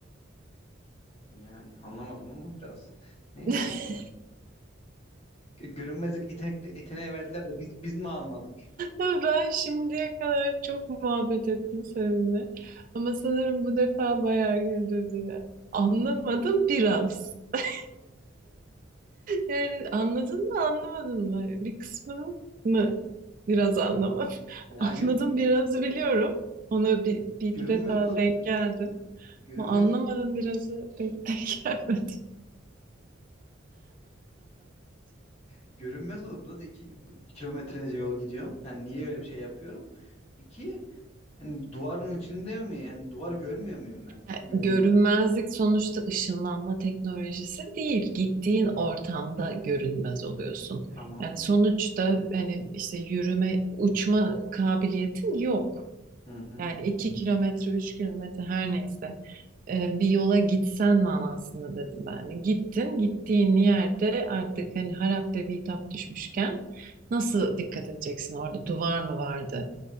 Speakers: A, on the left (about 30°); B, on the right (about 45°).
A: etmiyor yani. Anlamadım ama biraz. Neyse
B: <laughs>
A: yani. Gö- Görünmezlik yetenekli yeteneğe verdiler de biz biz mi almadık?
B: Ben şimdiye kadar çok muhabbet ettim seninle. Ama sanırım bu defa bayağı güldürdün ya. Anlamadım biraz. <laughs> Yani anladın mı anlamadın mı? Hani Bir kısmını mı
A: Ay,
B: biraz anlamadım. <laughs>
A: Ya
B: Anladım
A: yok
B: birazı biliyorum. Ona bir, bir iki
A: görünmez
B: defa
A: olup
B: denk geldim.
A: görünmez
B: Ama anlamadım birazı pek denk gelmedi.
A: görünmez olup nasıl iki kilometrelerce yol gidiyorum? Yani niye öyle bir şey yapıyorum? İki yani duvarın içinde mi? Yani duvar görmüyor muyum ben?
B: E,
A: Görünmez
B: Görünmezlik
A: olup.
B: sonuçta ışınlanma teknolojisi değil. Gittiğin ortamda görünmez oluyorsun.
A: Tamam.
B: Yani sonuçta hani işte yürüme, uçma kabiliyetin yok.
A: Hı hı.
B: Yani iki kilometre, üç kilometre her neyse e, bir yola gitsen manasında dedim ben. de. Gittin, gittiğin yerde artık hani harap ve bitap düşmüşken nasıl dikkat edeceksin? Orada duvar mı vardı?